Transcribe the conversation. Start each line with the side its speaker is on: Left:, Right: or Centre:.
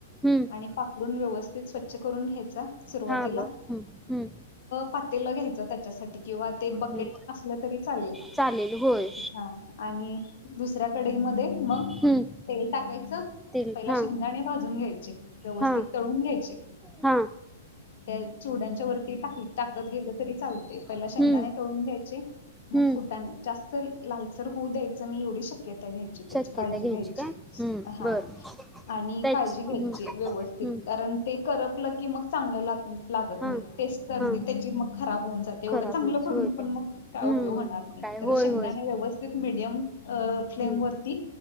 Centre: हम्.
Left: आणि पाकडून व्यवस्थित स्वच्छ करून घ्यायचा सुरवातीला.
Centre: हा बर हम्म हम्म
Left: पातेलं घ्यायचं त्याच्यासाठी. किंवा ते बकेट
Centre: हम्म
Left: असलं तरी चालेल
Centre: चालेल होय
Left: हा आणि दुसऱ्या कढईमध्ये मग
Centre: हम्म
Left: तेल टाकायचं
Centre: तील
Left: पहिला
Centre: हा
Left: शेंगदाणे भाजून घ्यायचे व्यवस्थित
Centre: हा
Left: तळून घ्यायचे
Centre: हा
Left: त्या चिवड्यांच्या वरती टाकी टाकत गेलं तरी चालतंय. पहिला
Centre: हम्म
Left: शेंगदाणे तळून घ्यायचे मग
Centre: हम्म
Left: फुटाने जास्त लालसर होऊ द्यायचं नई एवढी शक्यत घ्यायची त्याची
Centre: शक्यता
Left: काळजी घ्यायची
Centre: काय हम्म
Left: हा
Centre: बर
Left: आणि
Centre: त्याच
Left: काळजी घ्यायची
Centre: हम्म
Left: व्यवस्थित
Centre: हम्म
Left: कारण ते करपलं की मग चांगलं लागत
Centre: हा
Left: नाही टेस्ट <unintelligible>
Centre: हा
Left: त्याची मग खराब होऊन जाते. एवढं
Centre: खराब
Left: चांगल
Centre: होत
Left: करून
Centre: होय
Left: पण
Centre: काय
Left: मग काय
Centre: हम्म
Left: उपयोग होणार नाही.
Centre: काय
Left: तर
Centre: होय
Left: शेंगदाने
Centre: होय
Left: व्यवस्थित मिडियम अ फ्लेम
Centre: हम्म
Left: वरती